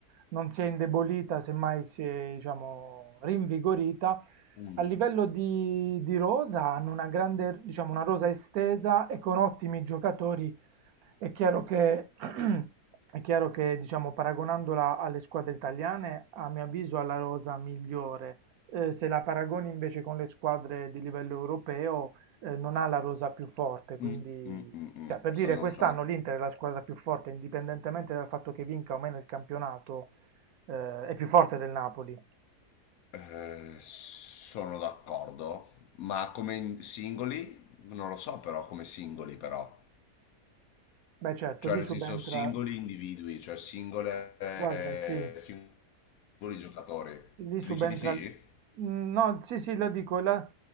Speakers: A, on the right; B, on the left.
A: non si è indebolita, semmai si è, diciamo, rinvigorita.
B: Mhm.
A: A livello di, di rosa hanno una grande, diciamo, una rosa estesa e con ottimi giocatori. È chiaro che, <clears throat> è chiaro che, diciamo, paragonandola alle squadre italiane, a mio avviso ha la rosa migliore. Eh, se la paragoni invece con le squadre di livello europeo, eh, non ha la rosa più forte. Quindi,
B: Mm, mm, mm, mm.
A: cioè, per
B: Sono,
A: dire, quest'anno
B: sono,
A: l'Inter è la squadra più forte, indipendentemente dal fatto che vinca o meno il campionato, eh, è più forte del Napoli.
B: eh, sono d'accordo, ma come in- singoli? Non lo so però, come singoli però.
A: Beh, certo,
B: Cioè
A: lì
B: nel
A: subentra,
B: senso singoli individui, cioè singole, eh,
A: Guarda, sì,
B: singoli giocatori.
A: lì subentra.
B: Dici di sì?
A: l- No, sì, sì, lo dico, la-